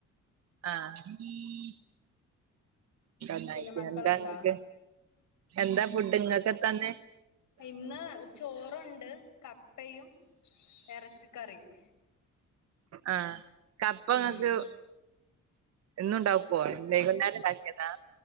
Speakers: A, on the right; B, on the left.
A: ആഹ് ന്നായിട്ട്
B: പിന്നെ മക്കളുണ്ടാ
A: എന്താക്ക് എന്താ ഫുഡ് ഇങ്ങക്കെന്നാന്ന്
B: ഇന്ന് ചോറുണ്ട് കപ്പയും എറച്ചിക്കറിയും
A: ആഹ് കപ്പങ്ങക്ക്
B: ഉം
A: എന്നുണ്ടാക്കുവോ വൈകുന്നേര ന്ന്ണ്ടാക്കിയതാ